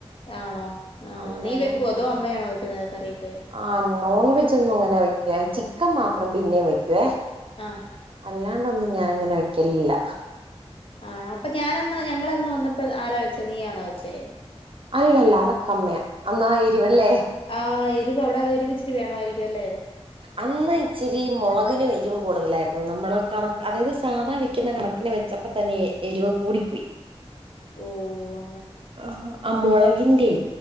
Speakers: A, on the left; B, on the right.
A: ആണോ ആ
B: അന്നേരം
A: നീ വെക്കുവോ അതോ
B: ആ
A: അമ്മയാണോ വെക്കുന്നത് കറിയൊക്കെ
B: ആ നോൺവെജ്ജാെന്നും അങ്ങനെ വെക്ക ചിക്കൻ മാ ത്രം പിന്നേം വെക്കുവേ
A: ആ
B: അല്ലാണ്ടൊന്നും ഞാനങ്ങനെ വെക്കലിൽല്ല
A: ആണോ അപ്പൊ ഞാനന്ന് ഞങ്ങളന്ന് വന്നപ്പോ ആരാ വെച്ചേ നീ ആണോ വെച്ചേ
B: അല്ലല്ല അതൊക്കെ അമ്മയാ അന്നാ എരിവല്ലേ
A: ആ എരിവ് അവിടെ എരിവ് ഇച്ചിരി വേണമായിരിക്കും അല്ലേ
B: അന്ന് ഇച്ചിരി മൊളകിനും എരിവ് കൂട്തലായ്ര് ന്നു നമ്മളെ ഒര് കണ അതായത് സാധാ വെക്ക്ന്ന കണക്കിന് വെച്ചപ്പത്തന്നെ എരിവ് കൂടിപ്പോയ്
A: ഓ അ
B: ആഹാ അ മൊളകിൻ ട്ടെ